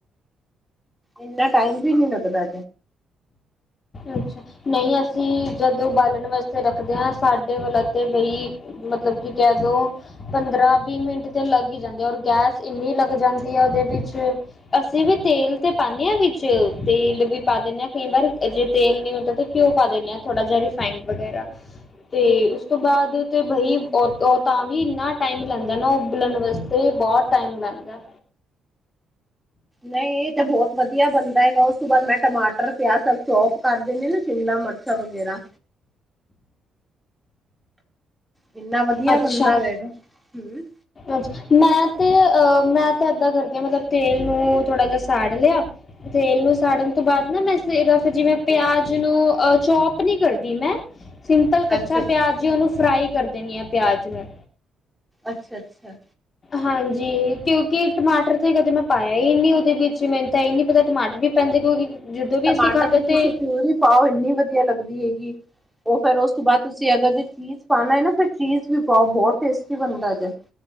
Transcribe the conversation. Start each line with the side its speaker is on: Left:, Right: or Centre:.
Centre: ਇਨਾ ਟਾਈਮ ਵੀ ਨੀ ਲਗਦਾ
Left: ਅੱਛਾ ਨਹੀਂ ਅਸੀਂ ਜਦ ਉਬਾਲਣ ਵਾਸਤੇ ਰੱਖ ਦੇ ਸਾਡੇ ਵੱਲ ਤੇ ਬਈ ਮਤਲਬ ਕਿ ਕਹਿ ਦੋ ਪੰਦਰਾਂ ਵੀਹ ਮਿੰਟ ਤੇ ਲੱਗ ਜਾਂਦੇ ਔਰ ਗੈਸ ਇੰਨੀ ਲੱਗ ਜਾਂਦੀ ਹੈ ਉਹਦੇ ਵਿੱਚ ਅਸੀਂ ਵੀ ਤੇਲ ਤੇ ਪਾਉਦੇ ਹਾਂ ਵਿੱਚ ਤੇਲ ਵੀ ਪਾ ਦਿੰਦੇ ਹਾਂ ਕਈ ਵਾਰ ਜੇ ਤੇਲ ਨੀ ਹੁੰਦਾ ਤੇ ਘਿਉ ਪਾ ਦੇਿੰਦੇ ਆ ਥੋੜਾ ਜਹਾ ਰਿਫਾਈੰਡ ਵਗੈਰਾ ਤੇ ਉਸ ਤੋਂ ਬਾਅਦ ਤੇ ਬਹੀ ਤਾਂ ਵੀ ਇੰਨਾ ਟਾਈਮ ਲੈਂਦਾ ਨਾ ਉਹ ਬੁਲਣ ਵਾਸਤੇ ਬਹੁਤ ਟਾਈਮ ਲੱਗਦਾ
Centre: ਨਹੀਂ ਇਹ ਤਾਂ ਬਹੁਤ ਵਧੀਆ ਬਣਦਾ ਹੈਗਾ ਉਹ ਉਸ ਤੋਂ ਬਾਅਦ ਮੈਂ ਟਮਾਟਰ ਪਿਆਜ਼ ਸਬ ਚੋਪ ਕਰ ਦਿੰਦੇ ਨਾ ਸ਼ਿਮਲਾ ਮਰਚਾਂ ਵਗੈਰਾ ਇੰਨਾ ਵਧੀਆ
Left: ਅੱਛਾ।
Centre: ਬੰਦਾ ਵੇਗਾ ਹਮ
Left: ਅੱਛਾ ਮੈਂ
Centre: ਹਮ
Left: ਤੇ ਅ ਮੈਂ ਤਾਂ ਇਦਾਂ ਕਰਦੀ ਹਾਂ ਮਤਲਬ ਤੇਲ ਨੂੰ ਥੋੜਾ ਜਿਹਾ ਸਾੜ ਲਿਆ ਤੇਲ ਨੂੰ ਸਾੜਨ ਤੋਂ ਬਾਅਦ ਨਾ ਮੈਂ ਇਸ ਜਿਵੇਂ ਪਿਆਜ ਨੂੰ ਅਹ ਚੋਪ ਨਹੀ ਕਰਦੇ ਮੈਂ ਸਿੰਪਲ ਕੱਚਾ
Centre: ਅੱਛਾ-ਅੱਛਾ,
Left: ਪਿਆਜ ਹੀ ਉਹਨੂੰ ਫਰਾਈ ਕਰ ਦੇਿੰਦੀ ਆ ਪਿਆਜ ਨੂੰ
Centre: ਅੱਛਾ ਅੱਛਾ
Left: ਹਾਂਜੀ ਕਿਉਂਕਿ ਟਮਾਟਰ ਕਦੇ ਮੈਂ ਪਾਇਆ ਹੀ ਨੀ ਉਹਦੇ ਵਿੱਚ ਮੈਨੂੰ ਤਾਂ ਇਹ ਨੀ ਪਤਾ ਟਮਾਟਰ ਵੀ ਪੈਂਦੇ ਕਿਉਂਕਿ ਜਦੋਂ ਵੀ
Centre: ਟਮਾਟਰ
Left: ਅਸੀਂ ਖਾਧਾ
Centre: ਦੀ ਤੁਸੀਂ
Left: ਤੇ
Centre: ਘਿਊ ਹੀ ਪਾਓ ਇੰਨੀ ਵਧੀਆ ਲੱਗਦੀ ਹੈਗੀ ਉਹ ਫੇਿਰ ਉਸ ਤੋਂ ਬਾਅਦ ਤੁਸੀਂ ਅਗਰ ਜੇ ਚੀਜ਼ ਪਾਣਾ ਹੈ ਨਾ ਫਿਰ ਚੀਜ਼ ਵੀ ਪਾਓ ਬਹੁਤ ਟੇਸਟੀ ਬਣਦਾ ਜੇ